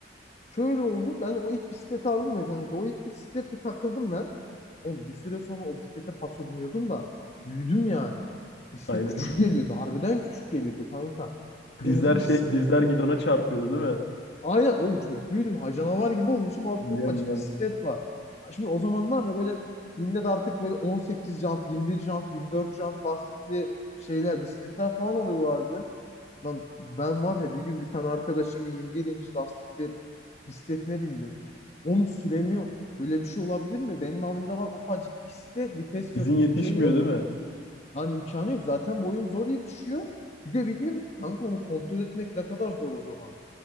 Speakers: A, on the left; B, on the left.
A: şöyle oldu. Ben o ilk bisikleti aldım ya kanka. O ilk bisikletle takıldım ben. Oğlum bir süre sonra o bisiklete paso biniyordum da büyüdüm yani. Bisiklet
B: Aynen.
A: küçük geliyordu. Harbiden küçük geliyordu kanka.
B: <laughs>
A: Kırmızı
B: Dizler
A: bir
B: şey
A: bisikletti.
B: dizler gidona çarpıyordu değil mi?
A: Aynen oğlum çok büyüdüm. Ha canavar gibi olmuşum. Altında
B: Biliyorum
A: ufacık
B: biliyorum.
A: bisiklet var. Ha, Şimdi o zamanlar da böyle millet artık böyle 18 jant, 21 jant, 24 jant lastikli şeyler, bisikletler falan alıyorlardı. Lan ben var ya bir gün bir tane arkadaşım 21 inç lastikli bisikletine bindim. Onu süremiyorum. Böyle bir şey olabilir mi? Benim halimde var ufacık bisiklet, vites
B: Dizin
A: yok,
B: yetişmiyor
A: bir şey yok.
B: değil mi?
A: Lan imkanı yok. Zaten boyum zor yetişiyor. Bir de bildim kanka onu kontrol etmek ne kadar zor o zaman.